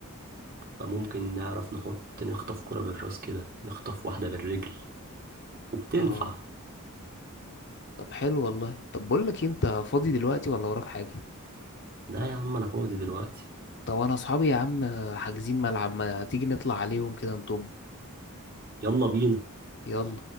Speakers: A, on the right; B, on the left.
A: فممكن نعرف نحط نخطف كرة بالراس كده نخطف واحدة بالرجل وبتنفع
B: اه طب حلو والله طب بقول لك إيه، انت فاضي دلوقتي ولا وراك حاجة
A: لا يا عم انا فاضي دلوقتي
B: طب انا اصحابي يا عم حاجزين ملعب ما تيجي نطلع عليهم كده نطب
A: يلا بينا
B: يلا